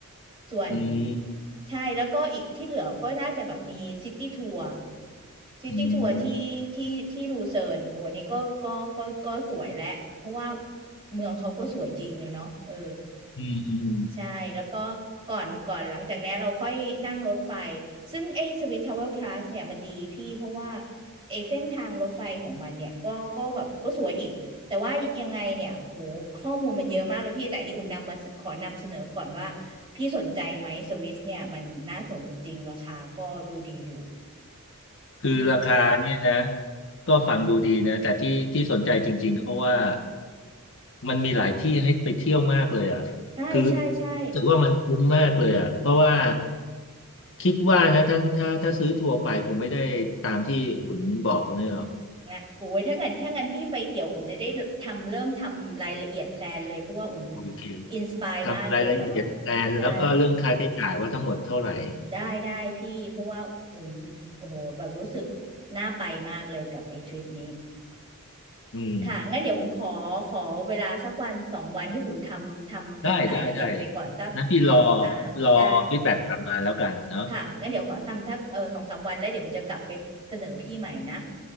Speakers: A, on the right; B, on the left.
A: ส่วน
B: อืม
A: ใช่แล้วก็อีกที่เหลือก็น่าจะแบบมีซิตี้ทัวร์ซิตี้ทัวร์ที่ที่ที่ลูเซิร์นโอ้อันนี้ก็ก็ก็ก็สวยและเพราะว่า
B: อืม
A: เมืองเขาก็สวยจริงอะเนาะเออ
B: อืมอืม
A: ใช่แล้วก็ก่อนก่อนหลังจากนี้นเราค่อยนั่งรถไฟซึ่งไอ้สวิสทราเวลพลัสเนี่ยมันดีพี่เพราะว่าไอ้เส้นทางรถไฟของมันเนี่ยก็ก็แบบก็สวยอีกแต่ว่ายังไงเนี่ยโอ้โหข้อมูลมันเยอะมากเลยพี่แต่อันนี้อุ่นนำมาขอนำเสนอก่อนว่าพี่สนใจไหมสวิสเนี่ยมันน่าสนจริงๆราคาก็ดูดีอยู่
B: คือราคาเนี่ยนะ
A: พี่
B: ก็ฟังดูดีนะแต่ที่ที่สนใจจริงๆก็เพราะว่ามันมีหลายที่ให้ไปเที่ยวมากเลยอ่ะคือ
A: ใช่ใช่ใช่
B: รู้สึกว่ามันคุ้มมากเลยอ่ะเพราะว่าคิดว่านะท่านถ้าถ้าซื้อทัวร์ไปคงไม่ได้ตามที่คุณบอกคนนี้หรอก
A: อ่ะโอ้ยถ้างั้นถ้างั้นพี่ไฟเขียวอุ่นจะได้ทำเริ่มทำรายละเอียดแพลนเลยเพราะว่าอุ่น
B: โอเค
A: อินสปายมากเลยแบบว่า
B: ทำรายละเอียดแพลนแล้วก็เรื่องค่าใช้จ่ายว่าทั้งหมดเท่าไหร่
A: ใช่ได้ได้พี่เพราะว่าอุ่นโอ้โหแบบรู้สึกน่าไปมากเลยกับไอ้ทริปนี้
B: อืม
A: ค่ะงั้นเดี๋ยวอุ่นขอขอเวลาสักวันสองวันให้อุ่นทำทำทำรายละเอียดไปก่อนสัก
B: ได้ได้ได้นั้นพี่รอ
A: อ่าได้
B: รอฟีดแบ็กกลับมาแล้วกันเนาะ
A: ค่ะงั้นเดี๋ยวขอทำสักเออสองสามวันแล้วเดี๋ยวอุ่นจะกลับไปเสนอพี่ใหม่นะ